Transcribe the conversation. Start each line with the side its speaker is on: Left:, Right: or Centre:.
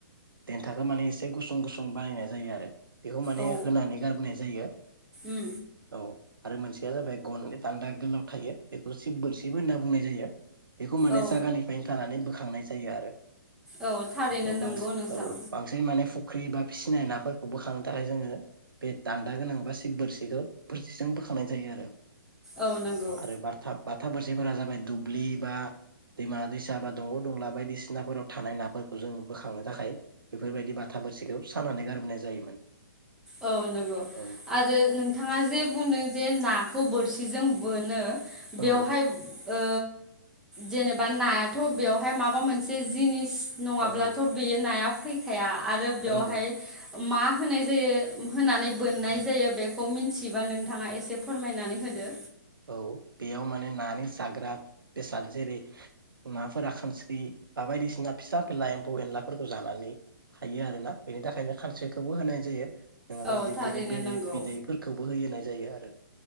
Right: देन्थाखौ माने एसे गुसुं गुसुं बानायनाय जायो आरो बेखौ माने
Centre: औ
Right: होनानै गारबोनाय जायो
Centre: उम
Right: औ आरो मोनसेया जाबाय गन दान्दा गोलाव थायो बेखौ सिब बोरसिब होनना बुंनाय जायो बेखौ माने
Centre: औ
Right: जायगानिफ्रायनो थानानै ब बोखांनाय जायो आरो
Centre: औ थारैनो
Right: औ बांसिन
Centre: नंगौ नोंथां
Right: औ बांसिन माने फुख्रि बा फिसिनाय नाफोरखौ बोखांनो थाखाय जोङो बे दान्दा गोनां बा सिब बोरसिखौ बोरसिजों बोखां थानाय जायो आरो
Centre: औ नंगौ
Right: आरो बारथाब बाथा बोरसिफोरा जाबाय दुब्लि बा दैमा दैसा बा दंग' दंला बायदिसिनाफोराव थानाय नाफोरखौ जों बोखांनो थाखाय बेफोरबायदि बाथा बोरसिखौ सानानै गारबोनाय जायोमोन
Centre: औ नंगौ
Right: औ
Centre: आरो नोंथाङा जे बुंदों जे नाखौ बोरसिजों बोनो
Right: औ
Centre: बेवहाय ओ जेनेबा नायाथ' बेवहाय माबा मोनसे जिनिस नङाब्लाथ'
Right: औ
Centre: बेयो नाया फैखाया आरो बेवहाय
Right: औ
Centre: मा होनाय जायो होनानै बोननाय जायो बेखौ मिन्थिबा नोंथाङा एसे फोरमायनानै होदो
Right: औ बेयाव माने नानि जाग्रा बेसाद जेरै नाफोरा खानस्रि बा बायदिसिना फिसा फिला एम्फौ एनलाफोरखौ जानानै थायो आरोना बेनि थाखायनो खानस्रिखौबो होनाय जायो नङाब्ला
Centre: औ
Right: बिब्दिनो
Centre: थारैनो
Right: बेरे
Centre: नंगौ
Right: बिदैफोरखौबो होनाय जायो आरो